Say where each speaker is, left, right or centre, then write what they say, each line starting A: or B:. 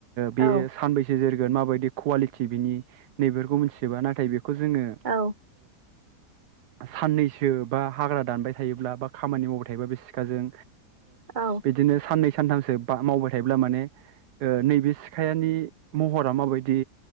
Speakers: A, on the right; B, on the right.
A: बे
B: औ
A: सानबस जेर ोन माबायदि कुवालिटि बिनि नैबेफोरखौ मिथियोोबा नाथाय बेखौ जोङो
B: औ
A: साननैसो बा हाग्रा दानबाय थायोब्ला बा खामानि मावबाय थायोब्ला बे सिखाजों
B: औ
A: बिदिनो साननै सानथामसो मावबाय थायोब्ला माने नैबे सिखायानि महरा माबायदि